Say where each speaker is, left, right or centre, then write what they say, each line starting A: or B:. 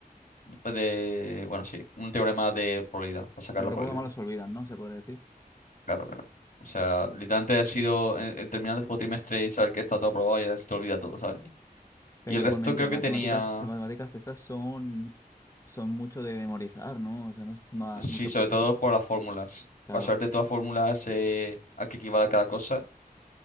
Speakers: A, on the left; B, on the left.
A: de, bueno, sí, un teorema de probabilidad, para sacar
B: Los
A: la
B: recuerdos
A: probabilidad.
B: malos se olvidan, ¿no? Se podría decir.
A: Claro, claro. O sea, literalmente ha sido eh, eh, terminar el cuatrimestre y saber que está todo aprobado y ya se te olvida todo, ¿sabes?
B: Pero
A: Y el
B: igualmente,
A: resto creo
B: las
A: que
B: matemáticas,
A: tenía.
B: las matemáticas esas son, son mucho de memorizar, ¿no? O sea, no es nada mucho
A: Sí, sobre
B: práctico.
A: todo por las fórmulas.
B: Claro,
A: Pasarte todas las fórmulas eh, a qué equivale cada cosa,